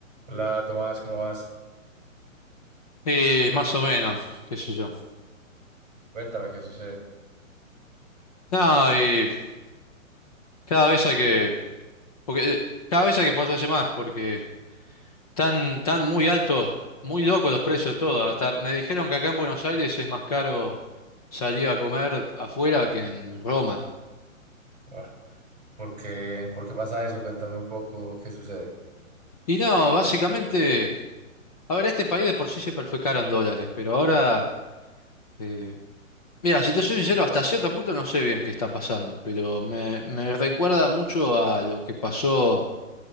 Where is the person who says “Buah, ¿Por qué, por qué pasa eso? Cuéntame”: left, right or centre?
Right